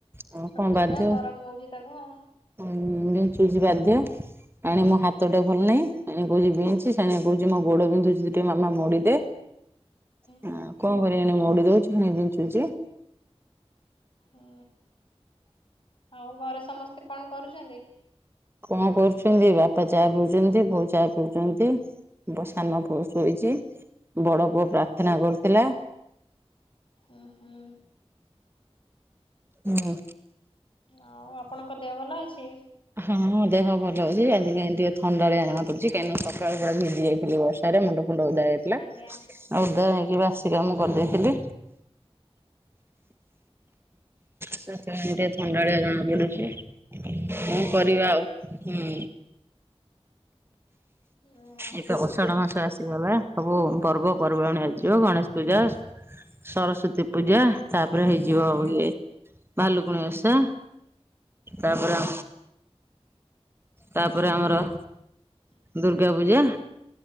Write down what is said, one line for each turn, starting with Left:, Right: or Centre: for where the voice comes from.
Right: ଆଉ
Left: ଛୋଟ
Right: କଣ ବାଧ୍ୟ
Left: ଛୁଆ ଗରମ ହଉଛି ତାକୁ ଆଉ
Right: ବିଞ୍ଚୁଛି ବାଧ୍ୟ ଆଣି ମୋ ହାତଟା
Left: ହୁଁ
Right: ଭଲ ନାହିଁ। ସେଣେ କହୁଛି ବିି ସେଣ କହୁଛି ମୋ ଗୋଡ ବିନ୍ଧୁଛି ଟିକେ ମାମା ମୋଡିଦେ କଣ
Left: ହୁଁ
Right: କରିବା ଏଇନା ମଉଡି ଦଉଛି ପୁଣି ବିଞ୍ଚୁଚି
Left: ହୁଁ ଆଉ ଘରେ ସମସ୍ତେ କଣ କରୁଛନ୍ତି
Right: କଣ କରୁଛନ୍ତି ବାପା ଚାହା ପିଉଛନ୍ତି ବୋଉ ଚାହା ପିଉଛନ୍ତି ସାନ ପୁଅ ଶୋଇଛି ବଡ ପୁଅ ପ୍ରାର୍ଥନା କରୁଥିଲା
Left: ଉ ହୁଁ
Right: ହଁ
Left: ଆଉ ଆପଣଙ୍କ ଦେହ ଭଲ ଅଛି?
Right: ହଁ ହଁ ଦେହ ଭଲ ହଉଛି ଆଜି କାହିଁ ଟିକେ ଥଣ୍ଡାଳିଆ ଜାଣା ପଡୁଛି କାଁକି ସକାଳେ ପୁରା ଭିଜି ଯାଇଥିଲି ବ ରେ ମୁଣ୍ଡ ଫୁଣ୍ଡ ଓଧା ହେଇଥିଲା
Left: ଆଜ୍ଞା
Right: ଆଉ ଓଧା
Left: ଆଜ୍ଞା
Right: ହେଇକି ବାସି କ ମୁ କରିଦେଇଥିଲି ସେଥିପାଇଁ ଟିକେ ଥଣ୍ଡାଳିଆ
Left: ଆଜ୍ଞା
Right: ଜଣା ପଡୁଛି। ହଁ
Left: ଆଜ୍ଞା
Right: କରିବା ଆଉ ହୁଁ
Left: ହୁଁ ଆଜ୍ଞା
Right: ଏବେ ଅଷାଢ ମାଂସ ଆସ ବା ସବୁ ପର୍ବପର୍ବାଣି ଆଯିବ ଗଣେଶ ପୂଜା ସରସ୍ଵତୀ ପୂଜା ତାପରେ ହେଇଯିବ
Left: ଆଜ୍ଞା
Right: ଆଉ ଇଏ ଭାଲୁକୁଣି ଉସା
Left: ହୁଁ
Right: ତାପରେ ଆ ତାପରେ ଆମର
Left: ହଁ
Right: ଦୁର୍ଗା ପୂଜା